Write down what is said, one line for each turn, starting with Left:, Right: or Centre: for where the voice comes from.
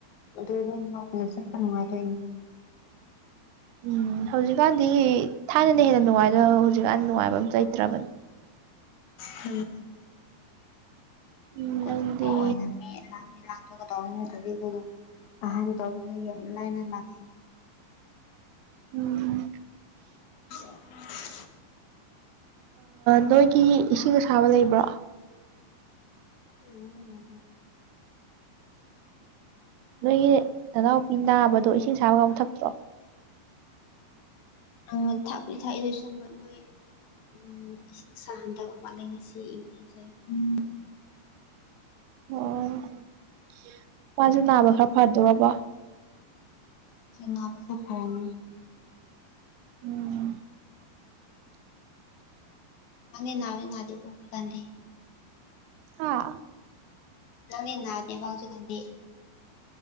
Left: ꯑꯗꯨꯗ ꯉꯥꯎꯄꯅ ꯆꯠꯄ ꯅꯨꯡꯉꯥꯏꯗꯨꯏꯅꯤ
Right: ꯎꯝ ꯍꯧꯖꯤꯛꯀꯥꯟꯗꯤ ꯊꯥꯏꯅꯅ ꯍꯦꯟꯅ ꯅꯨꯡꯉꯥꯏꯦꯗ ꯍꯧꯖꯤꯛꯀꯥꯟ ꯅꯨꯡꯉꯥꯏꯕ ꯑꯃꯇ ꯂꯩꯇ꯭ꯔꯥꯕꯅꯦ
Left: ꯎꯝ
Right: ꯎꯝ
Left: ꯀꯣꯆꯤꯄꯣ
Right: ꯅꯪꯗꯤ
Left: ꯑꯣꯏꯅ ꯃꯦ ꯂꯥꯟꯗꯤ ꯂꯥꯡꯊꯣꯛꯒ ꯇꯧꯔꯅꯤ ꯅꯠꯇ꯭ꯔꯥꯗꯤ ꯑꯩꯈꯣꯏꯖꯨ ꯑꯍꯥꯟ ꯇꯧꯗꯅ ꯌꯥꯝ ꯂꯥꯏꯅ ꯂꯥꯛꯑꯦ
Right: ꯎꯝ
Left: <unintelligible>
Right: ꯅꯣꯏꯒꯤ ꯏꯁꯤꯡꯒ ꯁꯥꯥꯕ ꯂꯩꯕ꯭ꯔꯣ
Left: ꯆ ꯃꯒꯦ
Right: ꯅꯣꯏꯒꯤ ꯅꯅꯥꯎꯄꯤ ꯅꯥꯕꯗꯣ ꯏꯁꯤꯡ ꯁꯥꯕꯒ ꯑꯨ ꯊꯛꯇ꯭ꯔꯣ
Left: ꯑ ꯊꯥꯄꯂꯤ ꯊꯥꯏꯗꯁ ꯃꯣꯏ ꯎꯝ ꯏꯁꯤꯡ ꯁꯍꯟꯗꯕ ꯃꯥꯠꯂꯦ ꯉꯁꯤ ꯏꯃꯩꯁꯦ ꯎꯝ
Right: ꯑꯣ ꯃꯥꯁꯨ ꯅꯥꯕ ꯈꯔ ꯐꯗꯣꯔꯔꯕꯣ
Left: ꯅꯥꯕꯁ ꯐꯔꯝ
Right: ꯎꯝ
Left: ꯀꯅꯤ ꯅꯅꯥ ꯅꯅꯥꯗ ꯀꯣꯄꯤ ꯀꯥꯟꯗ
Right: ꯑꯥ
Left: ꯅꯅꯤꯟꯅꯅꯥꯗꯦ ꯥꯎꯁꯨ ꯀꯥꯟꯗ